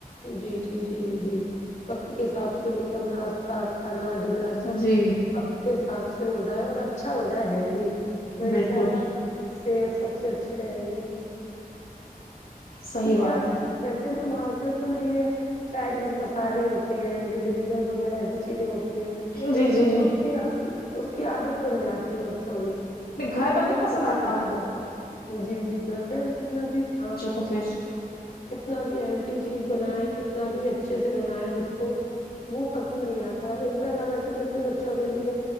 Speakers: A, on the left; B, on the left.
A: جی جی جی جی وقت کے حساب سے مطلب ناس کھانا ڈنر سب
B: جی
A: وت کے حساب سے ہو جائے اور اچھا ہو جائے ہیلدی تو
B: بالکل
A: انشاء اللہ صحت سب سے اچھی رہے گی
B: صحیح
A: کیونکہ
B: بات
A: آج کل ویسے نا مارکیٹ میں نا یہ چائنیز مسالے ہوتے ہیں ونیگر وغیرہ ایسی چیزیں ہوتی ہیں
B: ہے جی
A: بچوں
B: جی
A: کو اس کی اس کی عادت بن جاتی ہے بچوں کی
B: جی گھر
A: ان کو
B: کا نہیں
A: وہی پسند
B: آتا
A: ہوتا
B: ان کو
A: ہے جی جی گھر پہ ہم کتنا بھی ہاں
B: افیس
A: کتنا بھی ہیلدی چیز بنائے کتنا بھی اچھے سے بنائےیں اس کو وہ پسند نہیں آتا انشاء اللہ ویسے میں اپنے بچوں کے لیے